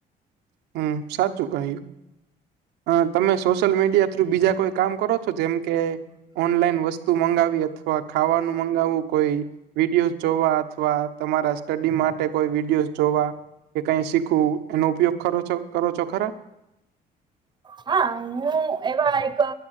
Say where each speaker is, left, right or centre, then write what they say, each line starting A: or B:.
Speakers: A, on the right; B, on the right.
A: હમ્મ સાચું કહ્યું અ તમે સોશિયલ મીડિયા થ્રુ બીજા કોઈ કામ કરો છો જેમ કે ઓનલાઈન વસ તુ મગાવ અથવા ખાવાનું મગાવવું કોઈ વિડીયો જોવા અથવા તમારા સ્ટડી માટે કોઈ વિડીયોઝ જોવા કે કઈ શીખવું એનો ઉપયોગ કરો છો કરો છો ખરા
B: હા હું એવા એક